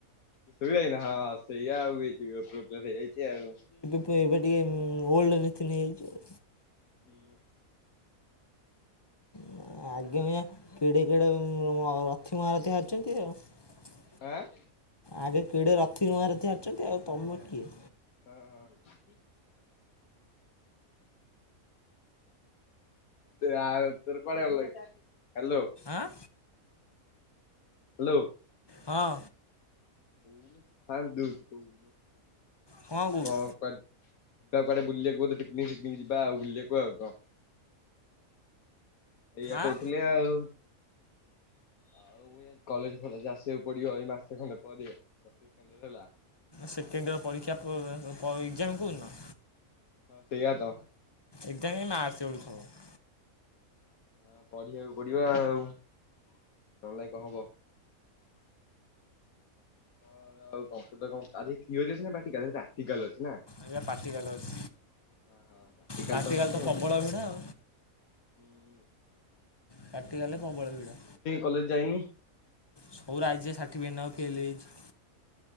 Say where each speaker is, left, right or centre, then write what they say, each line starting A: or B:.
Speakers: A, on the left; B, on the left.
A: ଏ ଶୋଇ ଲାଣି, ହଁ ସେଇଆ <unintelligible> ପ୍ରୋବଲ ହେଇଇଯାଇଛି ଆଉ।
B: ତୁ ଏବେ ଟିକେ ଓଲ୍ଡ ନିତି ନେଇ ଜାଇଛୁ।
A: ହୁଁ।
B: ଉଁ ଆଗେ ମିଆଁ କେଡ଼େ କେଡ଼େ ରଥୀ ମହାରଥୀ ହାରୁଛନ୍ତି ଆଉ।
A: ଆଁ
B: ଆଗେ କେଡେ ରଥୀ ମହାରଥୀ ହାରିଚନ୍ତି ଆଉ ତମେ କିଏ?
A: ହଁ ହଁ। ତେ ଆ ଉପରେ କୁଆଡେ ଗଲା କି? ହାଲୋ।
B: ଆଁ।
A: ହାଲୋ।
B: ହଁ।
A: କୋଉନୁ ସାଉଣ୍ଡ ଦଉଚୁ କହୁନୂ
B: କଣ କହୁଛୁ
A: ଆ କଣ କର ଯିବା କୁଆଡେ ବଲିବାକୁ ପିକିନିକି ଫିକିନିକି ଯିବା ଆଉ ବୁଲିବାକୁ। ଆଉ କଣ? ଏଇଆ କହୁଥିଲି
B: ଆଁ
A: ଆଉ। ଆଉ ମୁ କଲେଜ୍ ଫଳେଜେ ଆସିବାକୁ ପଡିବ ଏଇ ମାସେ ଖଣ୍ଡେ ପରେ, <unintelligible> ହେଲା।
B: ସେକେଣ୍ଡ ଇୟର ପରୀକ୍ଷା ପୁ ପ ଏକ୍କଜାମ୍ କୋଉ ଦିନ?
A: ହଁ ସେଇଆ ତ।
B: ଏକ୍ସାମ ଯାଇ ମାର୍ଚ୍ଚ ବେଳକୁ ହବ।
A: ହଁ ପଢିବାକୁ ପଡିବା ଆଉ, ନ ହେଲେ ନାଇ କଣ ହବ। ହଁ ଆଉ କମ୍ପୁଟର କଣ? ଆଜି ଥିଓରୀ ଅଛି ନା ପ୍ରାକ୍ଟିକାଲ୍? ଆଜି ପ୍ରାକ୍ଟିକାଲ୍ ଅଛି ନା।
B: ଏବେ ପ୍ରାକ୍ଟିକାଲ
A: ହ
B: ଅଛି
A: ହଁ ପ୍ରାକ୍ଟିକାଲ୍
B: ପ୍ରାକ୍ଟିକାଲ
A: ତ ଅଛି ଆଉ
B: ପ୍ରବଳ
A: କିଛି ନାହିଁ।
B: ଭିଡ଼ ଆଉ
A: ହୁଁ
B: ପ୍ରାଟିକାଲ୍ ରେ ପ୍ରବଳ ଭିଡ଼।
A: କଲେଜ୍ ଯାଇନି।
B: ସଉର ଆଇଛି ଯେ ସାର୍ଟିଫିକେଟ୍ ନବା କୁ ଯେ ଫେଲ୍ ହେଇଚି।